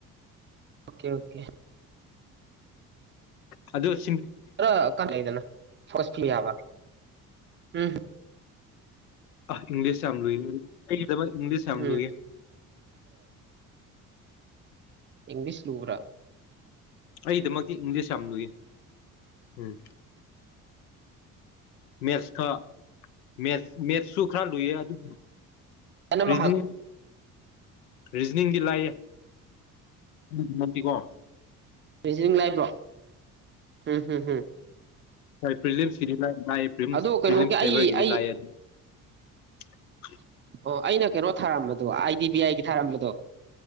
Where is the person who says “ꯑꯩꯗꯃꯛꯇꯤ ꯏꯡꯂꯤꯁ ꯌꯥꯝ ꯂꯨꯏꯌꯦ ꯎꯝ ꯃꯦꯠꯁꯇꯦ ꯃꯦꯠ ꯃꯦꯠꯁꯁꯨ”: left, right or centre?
Left